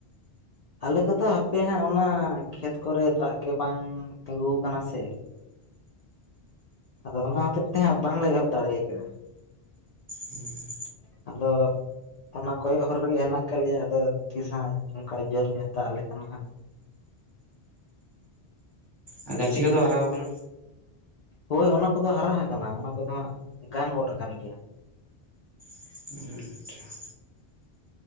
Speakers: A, on the left; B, on the right.
A: ᱟᱞᱮ ᱠᱚᱫᱚ ᱦᱟᱯᱮ ᱦᱟᱸᱜ ᱚᱱᱟ ᱠᱷᱮᱛ ᱠᱚ ᱨᱮ ᱫᱟᱜ ᱜᱮ ᱵᱟᱝ ᱛᱤᱜᱩ ᱟᱠᱟᱱᱟ ᱥᱮ ᱟᱫᱚ ᱚᱱᱟ ᱦᱚᱛᱮ ᱛᱮᱦᱟᱸᱜ ᱵᱟᱝᱞᱮ ᱮᱦᱚᱵ ᱫᱟᱲᱮᱭ ᱠᱟᱱᱟ
B: ᱦᱩᱸ ᱦᱩᱸ
A: ᱟᱫᱚ ᱚᱱᱟ ᱠᱚᱭᱚᱜ ᱦᱚᱨ ᱨᱮ ᱜᱮ ᱦᱮᱱᱟᱜ ᱟᱠᱟᱫ ᱞᱮᱭᱟ ᱟᱫᱚ ᱛᱤᱥ ᱦᱟᱸᱜ ᱚᱱᱠᱟ ᱡᱳᱨ ᱧᱚᱜ ᱫᱟᱜ ᱟᱞᱮᱠᱟᱱᱟ ᱦᱟᱸᱜ
B: ᱦᱩᱸ ᱜᱟᱪᱷᱤ ᱠᱚ ᱫᱚ ᱦᱟᱨᱟ ᱟᱠᱟᱱᱟ
A: ᱦᱳᱭ ᱚᱱᱟ ᱠᱚ ᱫᱚ ᱦᱟᱨᱟ ᱟᱠᱟᱱᱟ ᱚᱱᱟ ᱠᱚᱫᱚ ᱜᱟᱱ ᱜᱚᱫ ᱟᱠᱟᱱ ᱜᱮᱭᱟ
B: ᱟᱪᱪᱷᱟ